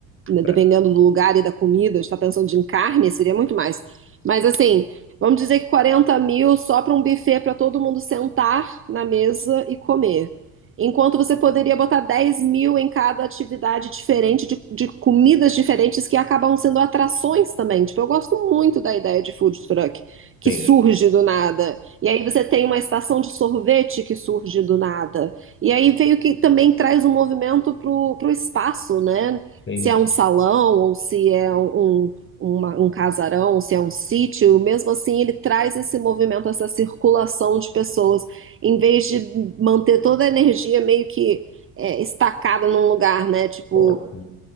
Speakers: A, on the right; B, on the left.
A: né,
B: tá.
A: dependendo do lugar e da comida, está pensando de carne, seria muito mais. Mas assim, vamos dizer que 40 mil só para um buffet para todo mundo sentar na mesa e comer. Enquanto você poderia botar 10 mil em cada atividade diferente, de, de comidas diferentes que acabam sendo atrações também. Tipo, eu gosto muito da ideia de food truck, que
B: Tem,
A: surge do nada. E aí você tem uma estação de sorvete que surge do nada. E aí veio que também traz um movimento pro, pro espaço, né?
B: tem.
A: se é um salão ou se é um, uma- um casarão, se é um sítio, mesmo assim ele traz esse movimento, essa circulação de pessoas, em vez de manter toda a energia meio que é, estacada num lugar, né? Tipo,
B: Ótimo.